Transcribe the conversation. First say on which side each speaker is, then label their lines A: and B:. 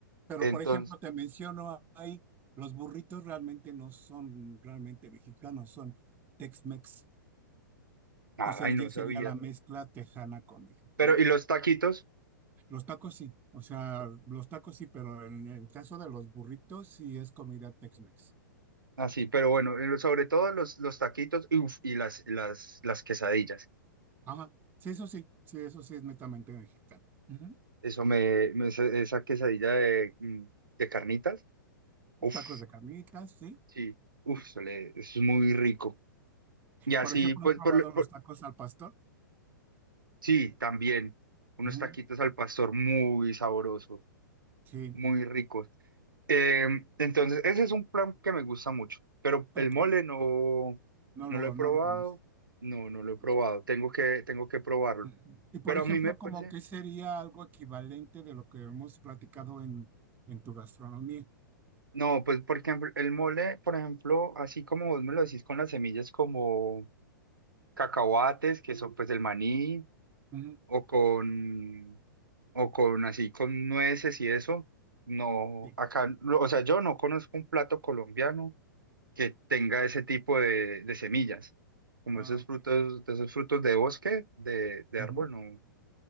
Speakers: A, on the right (about 15°); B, on the right (about 85°).
A: Pero,
B: Entonces,
A: por ejemplo, te menciono ahí, los burritos realmente no son realmente mexicanos, son Tex-Mex.
B: ay,
A: O sea,
B: no
A: ya
B: sabía.
A: sería la mezcla tejana con mexicano.
B: Pero, y los taquitos,
A: Los tacos sí, o sea, los tacos sí, pero en el caso de los burritos sí es comida Tex-Mex.
B: así, pero bueno, en lo- sobre todo los, los taquitos y, uf, y las, las, las quesadillas.
A: Ajá. Sí, eso sí, sí, eso sí es netamente mexicano. Ujú.
B: Eso me, me- esa esa quesadilla de, mm, de carnitas, uff,
A: Tacos de carnitas, sí.
B: sí, uff, eso le- es muy rico. Y así,
A: Por ejemplo,
B: pues,
A: ¿has probado
B: por, lo-
A: los
B: por-
A: tacos al pastor?
B: sí, también, unos
A: Ujú,
B: taquitos al pastor muy sabroso,
A: Sí,
B: muy rico. Eh, entonces, ese es un plan que me gusta mucho, pero
A: ok.
B: el mole no,
A: No
B: no
A: lo,
B: lo he probado,
A: no lo conoces.
B: no, no lo he probado,
A: Ok.
B: tengo que, tengo que probarlo,
A: Ujú. Y por
B: pero
A: ejemplo,
B: a mí me parece,
A: como que sería algo equivalente de lo que hemos platicado en, en tu gastronomía.
B: no, pues porque el mole, por ejemplo, así como vos me lo decís con las semillas como cacahuates, que son pues el maní,
A: Ujú,
B: o con, o con así con nueces y eso, no,
A: Sí.
B: acá, no, o sea, yo no conozco un plato colombiano que tenga ese tipo de, de semillas. Como
A: Ah,
B: esos
A: ok.
B: frutos, de esos frutos de bosque, de, de
A: Ujú,
B: árbol, no,